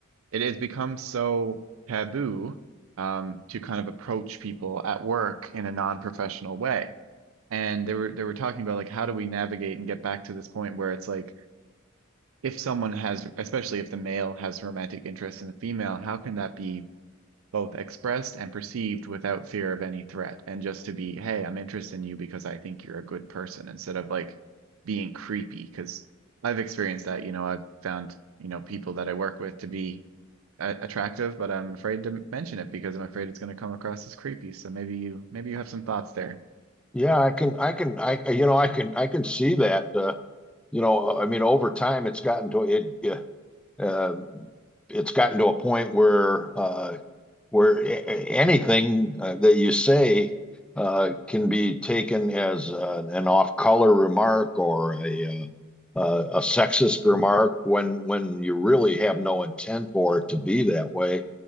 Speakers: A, on the right; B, in the centre.
A: it has become so taboo um, to kind of approach people at work in a non-professional way. And they were they were talking about like how do we navigate and get back to this point where it's like if someone has, especially if the male has romantic interest in the female, how can that be both expressed and perceived without fear of any threat? And just to be, hey, I'm interested in you because I think you're a good person instead of like being creepy. Because I've experienced that, you know, I've found, you know, people that I work with to be a- attractive, but I'm afraid to mention it because I'm afraid it's going to come across as creepy. So maybe you, maybe you have some thoughts there.
B: Yeah, I can I can I you know I can I can see that. Uh, you know, I mean, over time, it's gotten to it. yeah, Uh, it's gotten to a point where uh, where a- anything uh, that you say uh, can be taken as uh, an off-color remark or a uh, uh, a sexist remark
A: Mm.
B: when when you really have no intent for it to be that way.